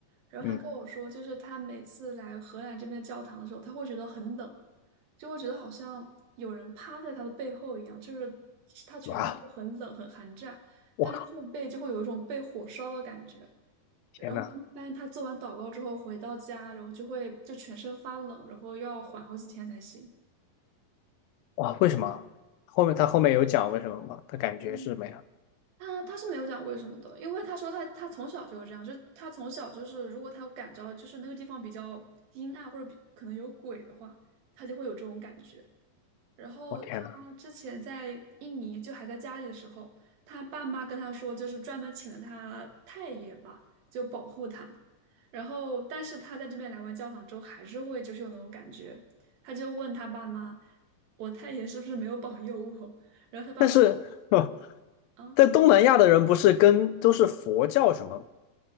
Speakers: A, on the right (about 85°); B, on the left (about 80°).
A: 然后他跟我说，
B: 嗯，
A: 就是他每次来荷兰这边的教堂的时候，他会觉得很冷，就会觉得好像有人趴在他的背后一样，就是他全身都很冷很寒战，
B: 哇，我靠，
A: 但是后背就会有一种被火烧的感觉。
B: 天呐，
A: 然后一般他做完祷告之后回到家，然后就会就全身发冷，然后要缓好几天才行。
B: 哇，为什么？后面他后面有讲为什么吗？他感觉是什么呀？
A: 嗯，他他是没有讲为什么的，因为他说他他从小就是这样，就他从小就是如果他感着就是那个地方比较阴暗或者比可能有鬼的话，他就会有这种感觉。然后他之前在印尼就还在家里的时候，
B: 我天呐，
A: 他爸妈跟他说，就是专门请了他太爷吧，就保护他。然后，但是他在这边来完教堂之后，还是会就是有那种感觉。他就问他爸妈：“我太爷是不是没有保佑我？”然后他爸妈：
B: 但是，<laughs>
A: “啊，
B: 在东南亚的人不是跟都是佛教什么？